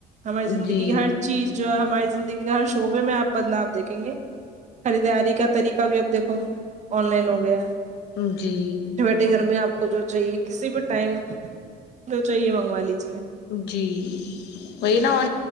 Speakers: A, on the right; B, on the left.
A: ہماری زندگی
B: جی
A: کی ہر چیز جو ہے ہماری زندگی کے ہر شعبے میں آپ بدلاؤ دیکھیں گے خریداری کا طریقہ بھی اب دیکھو آن لائن ہو گیا ہے
B: جی
A: ڈہر میں آپ کو جو چاہیے کسی بھی ٹائم جو چاہیے منگوا لیجیے
B: جی وہی نا آ